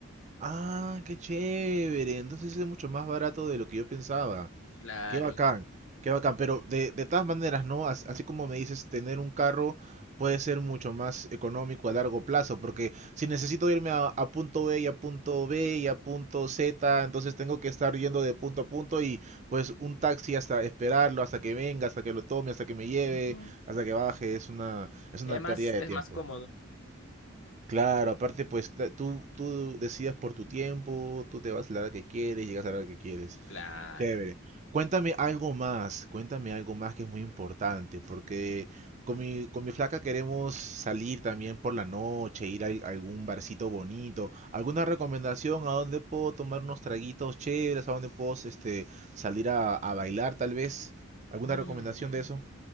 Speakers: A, on the right; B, on the left.
A: Ah, qué chévere. Entonces es mucho más barato de lo que yo pensaba.
B: Claro.
A: Qué bacán, qué bacán, pero de, de todas maneras, ¿no? As- Así como me dices, tener un carro puede ser mucho más económico a largo plazo, porque si necesito irme a, a punto B y a punto B y a punto Z, entonces tengo que estar yendo de punto a punto y pues un taxi hasta esperarlo, hasta que venga, hasta que lo tome, hasta que me lleve,
B: Ujú.
A: hasta que baje, es una, es una
B: Y además
A: pérdida de
B: es
A: tiempo.
B: más cómodo.
A: Claro, aparte pues da- tú, tú decidas por tu tiempo, tú te vas a la hora que quieres, llegas a la hora que quieres.
B: Claro.
A: Chévere. Cuéntame algo más, cuéntame algo más que es muy importante, porque con mi, con mi flaca queremos salir también por la noche, ir a al- algún barcito bonito. ¿Alguna recomendación a dónde puedo tomar unos traguitos chéveres, a dónde puedo este, salir a, a bailar tal vez? ¿Alguna
B: Mm,
A: recomendación de eso?